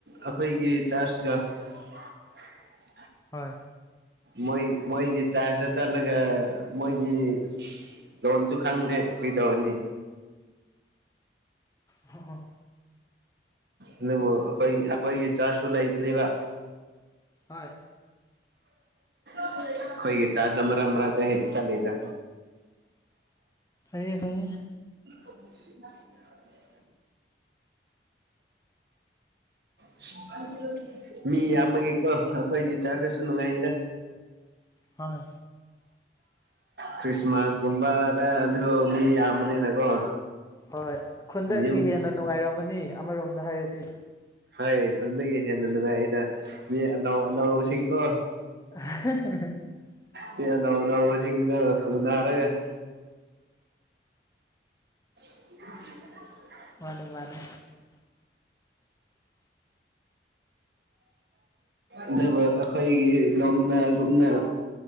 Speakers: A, on the right; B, on the left.
A: ꯑꯩꯈꯣꯏꯒꯤ ꯆꯥꯔꯆꯀ <unintelligible>
B: ꯍꯣꯏ
A: ꯃꯣꯏ ꯃꯣꯏꯒꯤ ꯆꯥ ꯆ ꯆꯠꯂꯒ ꯃꯣꯏꯒꯤ ꯂꯣꯟꯟꯁꯨꯨ ꯈꯥꯡꯗꯦ ꯄꯤꯗꯥ ꯋꯥꯅꯤ
B: ꯑꯣ
A: ꯑꯗꯨꯕꯨ ꯑꯩꯈꯣꯏ ꯑꯩꯈꯣꯏꯒꯤ ꯆꯥꯔꯁꯨ ꯂꯩꯕꯅꯦꯕ
B: ꯍꯣꯏ
A: <unintelligible> ꯍꯣꯏꯒꯤ ꯆꯥꯖ ꯃꯔ ꯃꯔ ꯍ ꯆꯂꯗ
B: ꯐꯌꯦ ꯐꯌꯦ
A: <inaudible> <inaudible> ꯃꯤ ꯌꯥꯝꯃꯒꯦꯀꯣ ꯑꯩꯈꯣꯏꯒꯤ ꯆꯥ ꯀꯁꯨ ꯅꯨꯡꯉꯥꯏꯗ
B: ꯍꯣꯏ
A: ꯈ꯭ꯔꯤꯁꯃꯥꯁꯒꯨꯝꯕꯗ ꯑꯗꯨ ꯃꯤ ꯌꯥꯝꯕꯅꯤꯅꯀꯣ
B: ꯍꯣꯏ ꯈꯨꯟꯗꯛꯀꯤ
A: ꯌꯨꯝ
B: ꯍꯦꯟꯅ ꯅꯨꯡꯉꯥꯏꯔꯝꯃꯅꯤ ꯑꯃꯔꯣꯝꯗ ꯍꯥꯏꯔꯗꯤ
A: ꯍ ꯈꯨꯟꯗꯒꯤ ꯍꯦꯟꯅ ꯅꯨꯡꯉꯥꯏꯗ ꯃꯤ ꯑꯅꯧ ꯑꯅꯧꯕꯁꯤꯡꯀꯣ
B: <inaudible>
A: ꯍ‌ꯦ ꯑꯅꯧ ꯑꯅꯧꯕꯁꯤꯡꯗꫭ ꯅꯔꯒ <unintelligible>
B: ꯃꯥꯅꯤ ꯃꯥꯅꯤ
A: ꯑꯗꯨꯕꯨ ꯑꯩꯈꯣꯏꯒꯤ ꯂꯣꯝꯗꯒꯨꯝꯅ